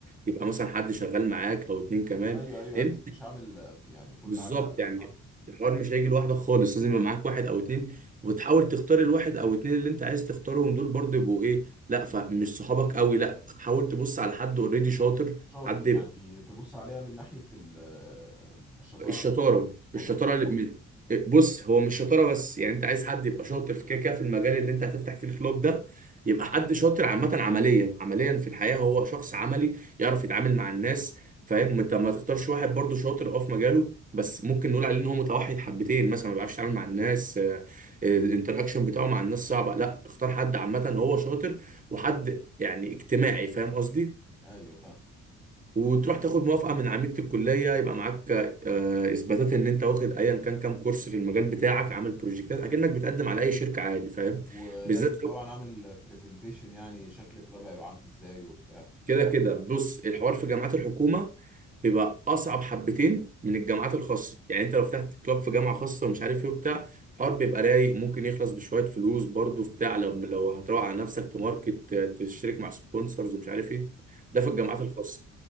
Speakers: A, on the right; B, in the centre.
A: يبقى مثلا حد شغال معاك أو اتنين كمان
B: ايوه ايوه
A: لأن
B: اكيد مش هعمل آه، يعني كل
A: بالظبط
B: حاجه
A: يعني
B: لوحدي
A: الحوار مش هيجي لوحدك خالص لازم يبقى معاك واحد أو اتنين وتحاول تختار الواحد أو اتنين اللي أنت عايز تختارهم دول برضو يبقوا إيه لا فمش صحابك قوي لا حاول تبص على حد أوريدي شاطر
B: شاطر
A: حد
B: يعني
A: يبقى
B: تبص عليها من ناحيه ال- آه، الشطاره
A: الشطاره
B: الصحوبيه
A: الشطاره اللي من- بص هو مش شطاره بس يعني انت عايز حد يبقى شاطر في كده كده في المجال اللي انت هتفتح فيه الكلوب ده يبقى حد شاطر عامه عمليا عمليا في الحياه هو شخص عملي يعرف يتعامل مع الناس فاهم انت ما تختارش واحد برضو شاطر اه في مجاله بس ممكن نقول عليه ان هو متوحد حبتين مثلا ما بيعرفش يتعامل مع الناس الانتراكشن بتاعه مع الناس صعبه لا اختار حد عامه هو شاطر وحد يعني اجتماعي فاهم قصدي
B: ايوه فاهم
A: وتروح تاخد موافقة من عميدة الكلية يبقى معاك آه، إثباتات إن أنت واخد أيا كان كام كورس في المجال بتاعك عامل بروجكتات أكنك بتقدم على أي شركة عادي فاهم
B: ولازم
A: بالذات
B: طبعا اعمل برزنتيشن يعني شكل كلاب هيبقى عامل ازاي وبتاع
A: كده كده بص الحوار في جامعات الحكومة بيبقى أصعب حبتين من الجامعات الخاصة يعني أنت لو فتحت كلاب في جامعة خاصة ومش عارف إيه وبتاع الحوار بيبقى رايق ممكن يخلص بشوية فلوس برضه في بتاع لما لو هتروح على نفسك تماركت تشترك مع سبونسرز ومش عارف إيه ده
B: امم
A: في الجامعات الخاصة